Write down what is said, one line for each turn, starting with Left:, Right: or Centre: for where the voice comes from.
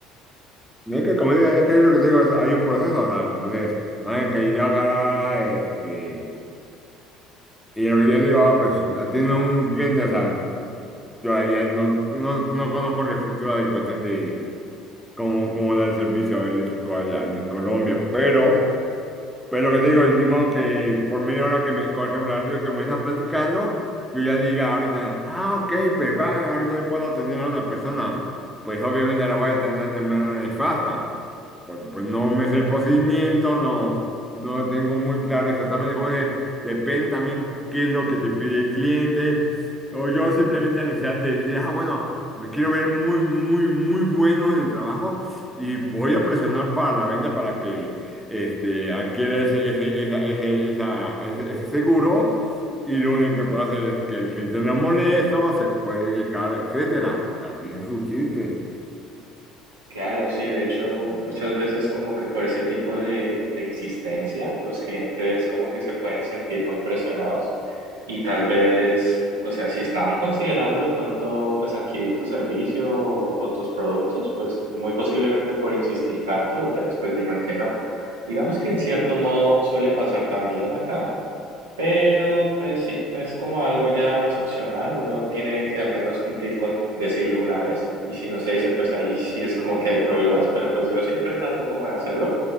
Centre: Mira que como dices, es que lo que te digo es, hay un proceso, o sea, como dices, no es que yo agarrara, este, y lo que yo digo, ah, pues atiendo a un cliente, o sea, yo allá no, no, no conozco la estructura de cuestión de cómo, cómo da el servicio eléctrico allá, allá en Colombia, pero Pues lo que te digo, decimos que por media hora que me, por ejemplo, ahorita que me estás platicando, yo ya diga ahorita, ah, ok, pues va, ahorita puedo atender a una persona. Pues obviamente la voy a atender de manera nefasta porque pues no me sé el procedimiento, no, no tengo muy claro exactamente cómo es. Depende también qué es lo que te pide el cliente. O yo simplemente la necesidad de decir, ah, bueno, me quiero ver muy, muy, muy bueno en el trabajo y voy a presionar para la venta para que este, adquiera ese, ese, esa, ese, esa- ese- ese seguro. Y lo único que puedo hacer es que el cliente no molesto, se puede quejar, etcétera. O sea, tiene su chiste.
Right: Claro, sí, de hecho, muchas veces como que por ese tipo de, de insistencia, los clientes como que se pueden sentir muy presionados y tal vez, o sea, si estaban considerando de pronto pues adquirir tu servicio o, o tus productos, pues muy posiblemente por insistir tanto, ya después digan que no. Digamos que en cierto modo suele pasar también acá. Pero pues sí, es como algo ya más opcional, uno tiene que al menos cumplir con decirlo una vez y si no se dice pues ahí sí es como que hay problemas, pero pues yo siempre trato como de hacerlo.